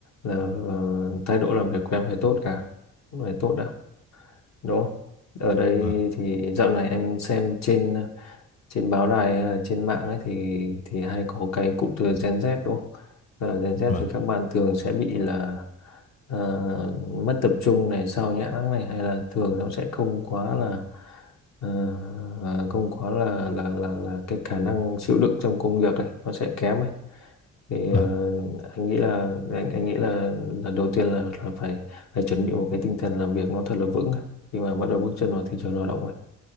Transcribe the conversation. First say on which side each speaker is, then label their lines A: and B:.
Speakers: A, on the left (about 65°); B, on the left (about 25°).
A: là ờ, thái độ làm việc của em phải tốt cả phải tốt đã đúng không ở đây
B: dạ vâng
A: thì dạo này em xem trên trên báo đài hay là trên mạng ấy thì thì hay có cái cụm từ Gen Z đúng không? Tức là Gen Z
B: dạ
A: thì các bạn thường sẽ bị là ờ, mất tập trung này, sao nhãng này hay là thường nó sẽ không quá là ờ, ờ, không quá là là là là cái khả năng chịu đựng trong công việc ấy nó sẽ kém ấy. Thì
B: vâng dạ
A: ờ,
B: vâng
A: anh nghĩ là anh anh nghĩ là là đầu tiên là là phải phải chuẩn bị một cái tinh thần làm việc nó thật là vững khi mà bắt đầu bước chân vào thị trường lao động ấy.